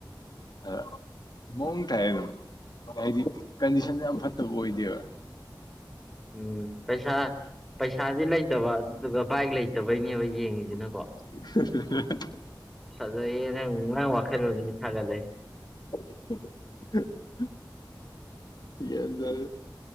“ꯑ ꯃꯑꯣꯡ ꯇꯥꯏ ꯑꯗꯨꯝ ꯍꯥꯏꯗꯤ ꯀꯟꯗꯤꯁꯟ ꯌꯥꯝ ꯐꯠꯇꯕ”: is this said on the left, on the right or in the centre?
Left